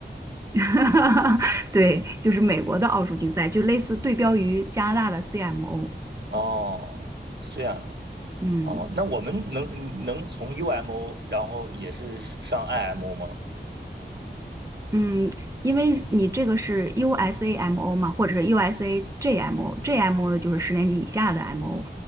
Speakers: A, on the right; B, on the right.
A: <laughs> 对，就是美国的奥数竞赛，就类似对标于加拿大的 CMO。
B: 哦，是这样啊，
A: 嗯。
B: 哦，那我们能嗯能从 U M O，然后也是上 I M O 吗？
A: 嗯，因为你这个是 USAMO 嘛，或者是 USAJMO，JMO 呢就是十年级以下的 MO，